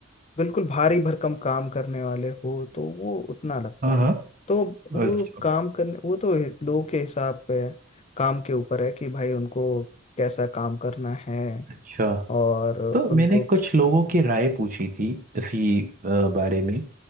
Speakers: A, on the left; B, on the right.
A: बिल्कुल भारी भरकम काम करने वाले हो तो वो उतना लगता
B: हाँ हाँ
A: है तो वो
B: अच्छा
A: काम करने वो तो हि- लोगों के हिसाब पे है काम के ऊपर है कि भाई उनको कैसा काम करना है
B: अच्छा
A: और
B: तो
A: उनको
B: मैंने कुछ लोगों की राय पूछी थी इसी अ, बारे में